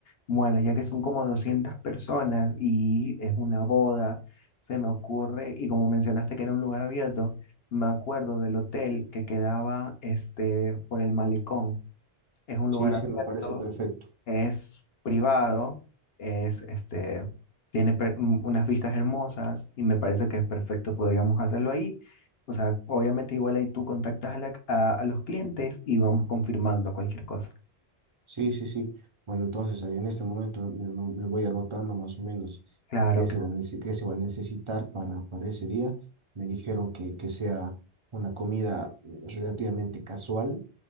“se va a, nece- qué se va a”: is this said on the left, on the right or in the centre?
Right